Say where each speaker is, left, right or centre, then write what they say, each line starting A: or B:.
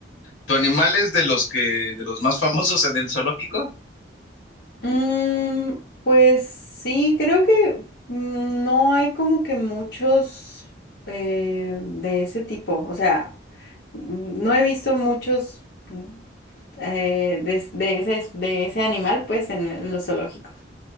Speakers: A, on the left (about 85°); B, on the left (about 55°).
A: ¿tu animal es de los que, de los más famosos en el zoológico?
B: Mm, pues sí, creo que mm, no hay como que muchos eh, de ese tipo, o sea, mm, no he visto muchos mm, eh, de, de ese, de ese animal, pues, en, en los zoológicos.